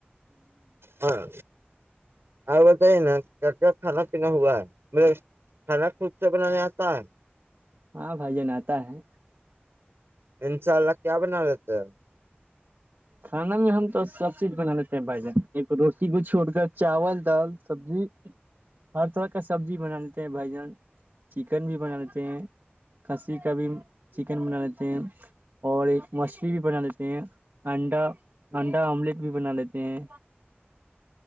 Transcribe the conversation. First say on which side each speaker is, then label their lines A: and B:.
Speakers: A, on the right; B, on the right.
A: ہاں آپ بتائیے نا کیا کیا کھانا پینا ہوا ہے مطے کھانا خود سے بنانے آتا ہے
B: ہاں بھائی جان آتا ہے
A: انشاء اللہ کیا بنا لیتے ہیں
B: کھانا میں ہم تو سب چیز بنا لیتے ہیں بھائی جان ایک روٹی کو چھوڑ کر چاول دال سبزی ہر طرح کا سبزی بنا لیتے ہیں بھائی جان چکن بھی بنا لیتے ہیں کسی کا بھی چکن بنا لیتے ہیں اور ایک مچھلی بھی بنا لیتے ہیں انڈا انڈا آملیٹ بھی بنا لیتے ہیں